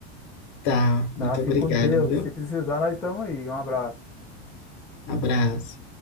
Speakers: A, on the left (about 50°); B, in the centre.
A: Tá, muito
B: Tá, fique
A: obrigado,
B: com Deus.
A: viu?
B: Se precisar, nós estamos aí. Um abraço.
A: Abraço.